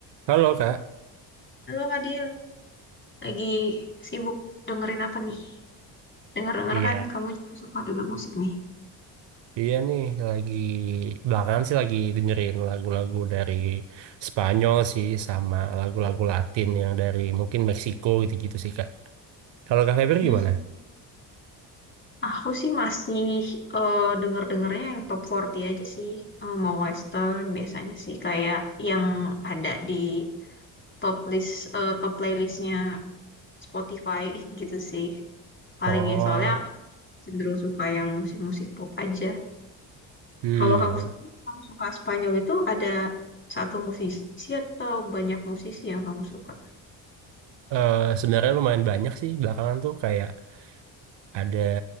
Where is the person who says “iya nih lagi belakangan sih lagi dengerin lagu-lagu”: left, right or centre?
Right